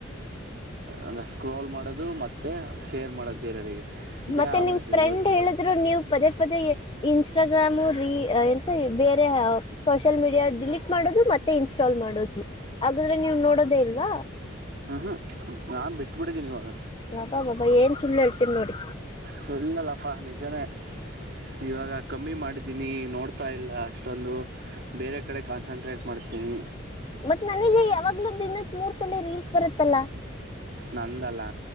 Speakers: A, on the right (about 55°); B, on the left (about 25°).
A: ಅಂದರೆ ಸ್ಕ್ರೋಲ್ ಮಾಡೋದು ಮತ್ತೆ ಶೇರ್ ಮಾಡೋದು ಬೇರೆಯವರಿಗೆ, ಇದೇ
B: ಮತ್ತೆ
A: ಆಗ್ಬಿಡುತ್ತೆ
B: ನಿಮ್
A: ಇವಾಗ
B: ದ್ರೂ ನೀವು ಪದೇ ಪದೇ ಇನ್ಸ್ಟಾಗ್ರಾಮು ರೀ ಎಂತ ಬೇರೆ, ಸೋಷಿಯಲ್ ಮೀಡಿಯಾ ಡಿಲೀಟ್ ಮಾಡೋದು ಮತ್ತೆ ಇನ್ಸ್ಟಾಲ್ ಮಾಡೋದು ಹಾಗಾದ್ರೆ ನೀವ್ ನೋಡೋದೇ ಇಲ್ವಾ.
A: ಹ್ಮ್ ಹ್ಮ್ ನಾನ್ ಬಿಟ್ಟಟ್ಬಿಡಿದ್ದೀನಿ ಇವಾಗ
B: ಲಬಾ ಬಾಬ ಏನ್ ಸುಳ್ಳ ಹೇಳ್ತೀರಿ ನೋಡಿ.
A: ಸುಳ್ಳಲ್ಲಪ್ಪ ನಿಜನೇ. ಇವಾಗ ಕಮ್ಮಿ ಮಾಡಿದ್ದೀನಿ ನೋಡ್ತಾ ಇಲ್ಲ ಅಷ್ಟೊಂದು, ಬೇರೆ ಕಡೆ ಕಾನ್ಸಂಟ್ರೇಟ್ ಮಾಡ್ತೀವಿ.
B: ಮತ್ ನನಗೆ ಯಾವಾಗ್ಲೂ ದಿನಕ್ಕೆ ಮೂರ್ ಸಲ ರೀಲ್ಸ್ ಬರುತ್ತಲ್ಲಾ.
A: ನಂದಲ್ಲ